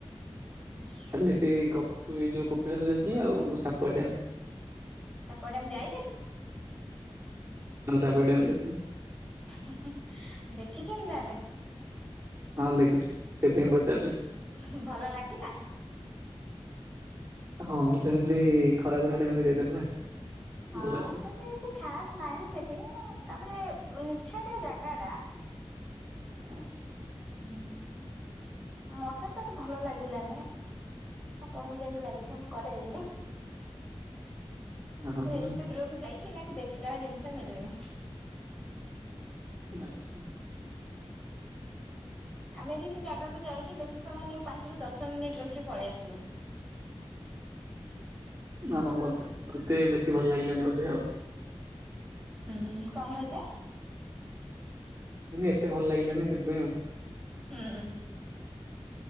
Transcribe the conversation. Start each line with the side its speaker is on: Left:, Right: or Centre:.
Centre: ଆଚ୍ଛା
Right: ଖାଲି ସେଇ କପ ଯୋଉ କପିଳାସ ଯାଇଥିଲି ଆଉ ସାପୁଆ ଡ୍ୟାମ୍।
Centre: ସାପୁଆ ଡ୍ୟାମ୍ ଯାଇଥିଲେ?
Right: ସାପୁଆ ଡ୍ୟାମ୍ ଯାଇଥିଲୁ?
Centre: <unintelligible> ଦେଖିଚନ୍ ତା'ହେଲେ?
Right: ହଁ ଦେଖିଚି। ସେଥିପାଇଁ ପଚାରିଲି।
Centre: <unintelligible> ଭଲ ଲାଗିଲା।
Right: ହଁ ସେମିତି ଖରାଦିନ ଟାଇମ୍ ରେ ଯାଇଥିଲି ନା।
Centre: ହଁ
Right: ଭଲ ଲାଗୁଥିଲା।
Centre: ସେମତି କିଛି ଖାସ୍ ନାହିଁ ସେଠି। ତା, ପରେ ନିଛାଟିଆ ଜାଗା ଟା।
Right: ହ
Centre: ହୁଁ ମତେ ତ ଭଲ ଲାଗିଲାନି। ଆପଣଙ୍କୁ କେମତି ଲାଗିଥିବ ମୁଁ କହିପାରିବିନି।
Right: ହଁ ହଁ
Centre: ମୁଁ
Right: ହଁ,
Centre: ଏତେ ଦୂରକୁ ଯାଇକି ନା ସେ ଦେଖିଲା ଜିନିଷ ମିିଳିନି।
Right: ଆଚ୍ଛା।
Centre: ଆମେ ବି ସେ ଜାଗାକୁ ଯାଇକି ବେଶୀ ସମୟ ନାଇଁ ପାଞ୍ଚରୁ ଦଶ ମିନିଟ୍ ରହିଚୁ ପଳେଇ ଆସିଲୁ।
Right: ଆଉ ଦେଏ ବେଶୀ ଭଲ ଲାଗିଲାନି ବୋଧେ ଆଉ।
Centre: ହୁଁ, କଣ କହିଲ?
Right: ମାନେ ଏତେ ଭଲ ଲାଗିଲାନି ସେଥିପାଇଁ ଆଉ।
Centre: ହୁଁ।